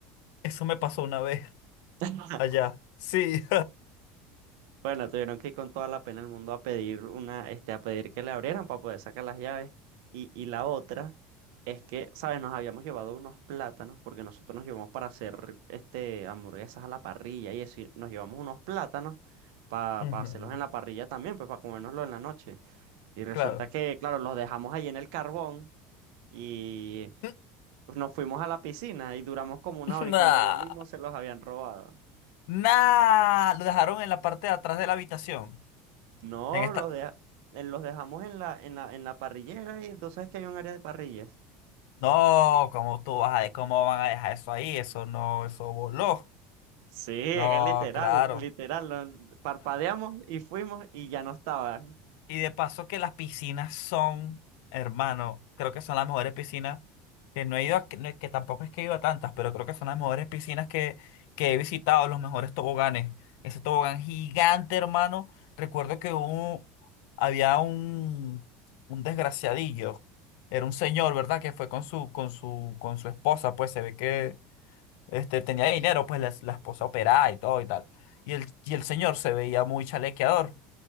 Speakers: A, on the left (about 65°); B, on the right (about 70°).
A: eso me pasó una vez
B: <laughs>
A: allá. Sí.
B: Bueno, tuvieron que ir con toda la pena del mundo a pedir una, este, a pedir que le abrieran para poder sacar las llaves. Y, y la otra es que, ¿sabes? Nos habíamos llevado unos plátanos, porque nosotros nos llevamos para hacer este hamburguesas a la parrilla y eso, y nos llevamos unos plátanos para
A: Ujú,
B: hacerlos en la parrilla también, pues para comérnoslo en la noche. Y resulta
A: Claro.
B: que, claro, los dejamos ahí en el carbón y
A: <laughs>
B: nos fuimos a la piscina y duramos como una hora
A: Nah,
B: y cuando volvimos se los habían robado.
A: nah, lo dejaron en la parte de atrás de la habitación.
B: No,
A: En esta.
B: los, deja- eh, los dejamos en la, en la, en la parrillera y tú sabes que hay un área de parrillas.
A: No, ¿cómo tú vas a, cómo van a dejar eso ahí? Eso no, eso voló.
B: Sí, es
A: No,
B: que literal,
A: claro.
B: literal. lo- Parpadeamos y fuimos y ya no estaban.
A: Y de paso que las piscinas son, hermano, creo que son las mejores piscinas que no he ido, a- que, no es que tampoco es que he ido a tantas, pero creo que son las mejores piscinas que, que he visitado, los mejores toboganes. Ese tobogán gigante, hermano. Recuerdo que hubo, había un, un desgraciadillo. Era un señor, ¿verdad? Que fue con su, con su, con su esposa, pues se ve que este, tenía dinero, pues la, la esposa operaba y todo y tal. Y el, y el señor se veía muy chalequeador.